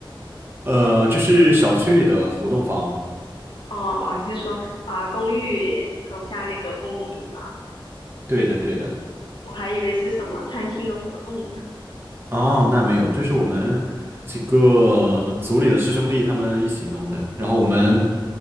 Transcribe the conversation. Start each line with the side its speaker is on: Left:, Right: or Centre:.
Right: 呃，就是小区里的活动房。
Left: 哦哦，你是说啊、公寓楼下那个公共厨房？
Right: 对的，对的。
Left: 我还以为是什么餐厅的活动呢。
Right: 哦，那没有，就是我们几个组里的师兄弟他们一起弄的。然后我们